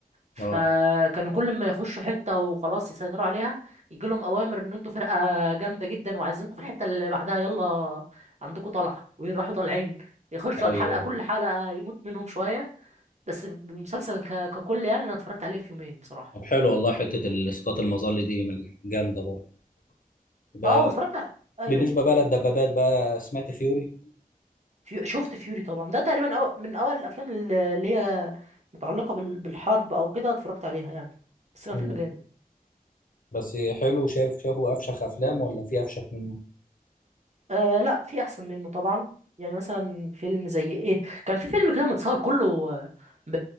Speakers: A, on the right (about 50°); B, on the left (about 65°).
A: فكانوا
B: اه
A: كل ما يخشوا حتة وخلاص يسيطروا عليها يجي لهم اوامر ان انتوا فرقة جامدة جدا وعايزينكم في الحتة اللي بعدها يلا عندكم طلعة ويروحوا طالعين يخشوا
B: ايوه
A: الحلقة كل حلقة يموت منهم شوية بس المسلسل ك- ككل يعني انا اتفرجت عليه في يومين بصراحة
B: طب حلو والله حتة الاسقاط المظلي دي من جامدة برضه ب-
A: اه واتفرجت ع- ايوه
B: بالنسبة
A: أيوة.
B: بقى للدبابات بقى سمعت فيوري
A: فيو... شفت فيوري طبعا ده تقريبا أو... من اوائل الافلام اللي اللي هي متعلقه بال... بالحرب او كده اتفرجت عليها يعني بس كان
B: مم.
A: فيلم جامد
B: بس حلو شايف شافه افشخ افلام ولا في افشخ منه
A: آه لا في احسن منه طبعا يعني مثلا فيلم زي ايه كان في فيلم كده متصور كله آه، ب...